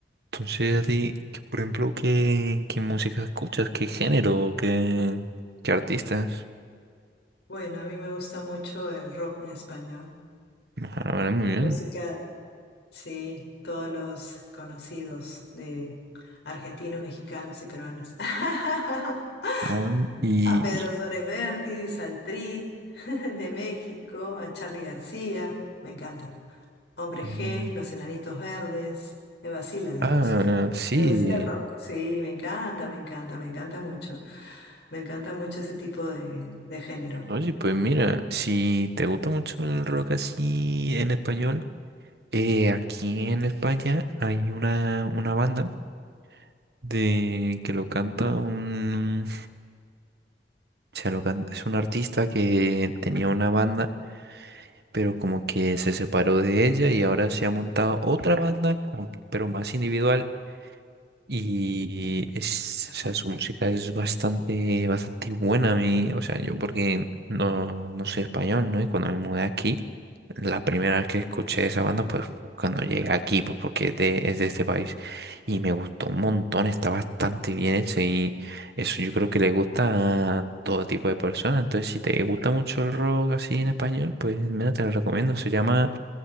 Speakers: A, on the right; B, on the left.
A: Entonces, a ti, que, por ejemplo, ¿qué, qué música escuchas? ¿Qué género? ¿Qué, qué artistas?
B: Bueno, a mí me gusta mucho el rock en español,
A: Ah, vale, muy
B: la
A: bien.
B: música, sí, todos los conocidos de argentinos, mexicanos y peruanos. <laughs>
A: Ah, y,
B: A Pedro
A: y-
B: Suárez Vértiz, al Tri <laughs> de México, a Charly García, me encanta. Hombre
A: mm,
B: G, Los Enanitos Verdes, me vacila la
A: ah,
B: música,
A: sí.
B: me vacila el rock, sí, me encanta, me encanta, me encanta mucho, me encanta mucho ese tipo de, de género.
A: Oye, pues mira, si te gusta mucho el rock así en español, eh, aquí en España hay una, una banda de que lo canta un, o sea, lo canta, es un artista que tenía una banda pero como que se separó de ella y ahora se ha montado otra banda, como que- pero más individual. Y es, o sea, su música es bastante, bastante buena a mí. O sea, yo porque no, no soy español, ¿no? Y cuando me mudé aquí, la primera vez que escuché esa banda, pues cuando llegué aquí, pues porque es de, es de este país. Y me gustó un montón, está bastante bien hecho eso yo creo que le gusta a todo tipo de personas. Entonces, si te gusta mucho el rock así en español, pues mira, te lo recomiendo. Se llama,